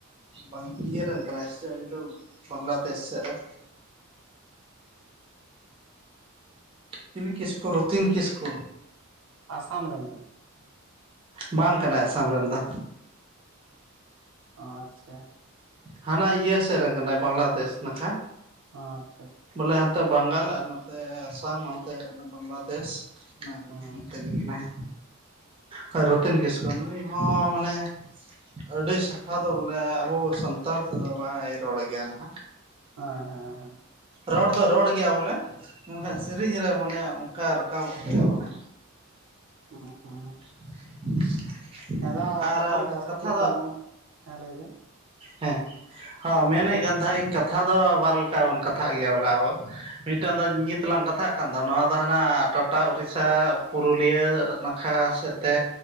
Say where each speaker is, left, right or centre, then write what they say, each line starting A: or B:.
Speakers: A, on the right; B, on the right.
A: ᱵᱟᱸᱝ ᱤᱭᱟᱹᱨᱮᱱ ᱠᱟᱱᱟᱭ ᱥᱮᱪᱮᱫ ᱩᱱᱤ ᱫᱚ ᱵᱟᱝᱞᱟᱫᱮᱥ ᱥᱮᱫ ᱨᱮᱱ᱾ ᱪᱤᱞᱤ ᱠᱤᱥᱠᱩ ᱨᱚᱛᱷᱤᱱ ᱠᱤᱥᱠᱩ᱾
B: ᱟᱥᱟᱢ ᱨᱮᱱ ᱠᱟᱱᱟᱭ᱾
A: ᱵᱟᱝ ᱠᱟᱱᱟᱭ ᱟᱥᱟᱢ ᱨᱮᱱ ᱫᱚ᱾
B: ᱟᱪᱪᱷᱟ
A: ᱦᱟᱱᱟ ᱤᱭᱟᱹ ᱥᱮᱫ ᱨᱮᱱ ᱠᱟᱱᱟᱭ ᱵᱟᱝᱞᱟᱫᱮᱥ ᱱᱟᱠᱷᱟ᱾
B: ᱟᱪᱪᱷᱟ
A: ᱵᱚᱞᱮ ᱦᱟᱱᱛᱮ ᱵᱟᱝᱜᱟᱞ ᱟᱨ ᱱᱚᱛᱮ ᱟᱥᱟᱢ ᱚᱱᱛᱮ ᱭᱩᱜ ᱠᱟᱱᱟ ᱵᱟᱝᱞᱟᱫᱮᱥ ᱚᱱᱟ ᱠᱚ
B: ᱦᱮᱸ
A: ᱚᱱᱛᱮᱱᱤᱡ ᱠᱟᱱᱟᱭ᱾ ᱦᱳᱭ ᱨᱚᱛᱷᱤᱱ ᱠᱤᱥᱠᱩ ᱱᱩᱭ ᱦᱚᱸ ᱢᱟᱱᱮ ᱟᱹᱰᱤ ᱥᱟᱯᱷᱟ ᱫᱚ ᱵᱚᱞᱮ ᱟᱵᱚ ᱥᱟᱱᱛᱟᱞ ᱛᱮᱫᱚ ᱵᱟᱭ ᱨᱚᱲ ᱜᱮᱭᱟ ᱱᱟᱦᱜ᱾
B: ᱦᱮᱸ ᱦᱮᱸ ᱦᱮᱸ
A: ᱨᱚᱲ ᱫᱚᱭ ᱨᱚᱲ ᱜᱮᱭᱟ ᱵᱚᱞᱮ, ᱢᱮᱱᱠᱷᱟᱡ ᱥᱮᱨᱤᱧ ᱨᱮ ᱢᱟᱱᱮ ᱚᱱᱠᱟ ᱨᱟᱠᱟᱵᱚᱜ ᱛᱟᱭᱟ ᱢᱟᱱᱮ,
B: <unintelligible>
A: <inaudible>
B: ᱦᱮᱸᱫᱚ
A: ᱟᱨ
B: ᱚᱠᱟ ᱠᱚᱨᱮ ᱡᱟᱹᱥᱛᱤ
A: ᱠᱟᱛᱷᱟ
B: ᱯᱚᱵᱚᱱ,
A: ᱫᱚ
B: ᱦᱮᱸ ᱞᱟᱹᱭᱵᱤᱱ᱾
A: ᱦᱮᱸ ᱦᱳ ᱢᱮᱱᱮᱜ ᱠᱟᱱ ᱛᱟᱦᱮᱜ ᱤᱧ ᱠᱟᱛᱷᱟ ᱫᱚ ᱵᱟᱨ ᱞᱮᱠᱟ ᱵᱚᱱ ᱠᱟᱛᱷᱟᱜ ᱜᱮᱭᱟ ᱵᱚᱞᱮ ᱟᱵᱚ᱾ ᱢᱤᱫᱴᱟᱝ ᱫᱚ ᱧᱤᱛᱞᱟᱝ ᱠᱟᱛᱷᱟᱜ ᱠᱟᱱ ᱫᱚ ᱱᱚᱣᱟ ᱫᱚ ᱦᱟᱱᱟ ᱴᱟᱴᱟ ᱩᱲᱤᱥᱥᱟ ᱯᱩᱨᱩᱞᱤᱭᱟᱹ, ᱠᱟ ᱥᱮᱫ ᱛᱮ